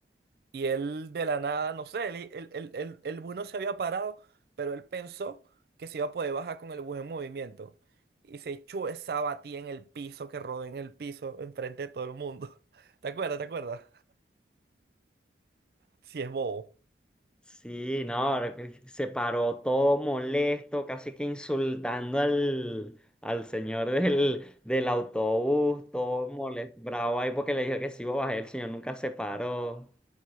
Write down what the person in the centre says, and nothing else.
Sí, no, ahora se paró todo molesto, casi que insultando al, al señor del, del autobús, todo molesto, bravo ahí porque le dijo que sí iba a bajar, el señor nunca se paró.